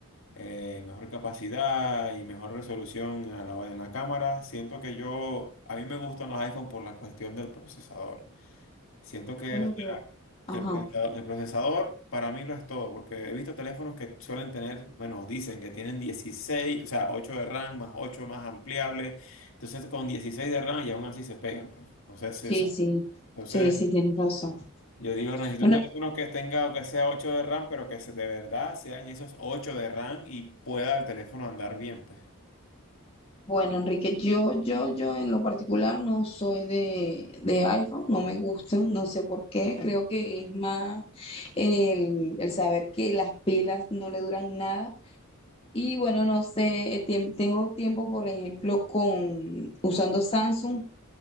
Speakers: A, on the left; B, on the left.
A: eh, mejor capacidad y mejor resolución a la- en la cámara, siento que yo... A mí me gustan los iPhone por la cuestión del procesador. Siento que,
B: Bueno, yo,
A: el
B: ajá,
A: procesador, el procesador para mí lo es todo, porque he visto teléfonos que suelen tener, bueno, dicen que tienen 16 o sea, 8 de RAM más 8 más ampliables, entonces con 16 de RAM y aún así se pegan, pues. Entonces,
B: sí,
A: es-
B: sí,
A: entonces
B: sí, sí, tienes razón.
A: yo digo, necesito
B: Bueno,
A: un teléfono que tenga, que sea 8 de RAM, pero que se- de verdad sean esos 8 de RAM y pueda el teléfono andar bien, pues.
B: bueno, Enrique, yo, yo, yo en lo particular no soy de, de iPhone, no me gustan, no sé por qué, creo que es más el, el saber que las pilas no le duran nada. Y bueno, no sé, tiem- tengo tiempo, por ejemplo, con usando Samsung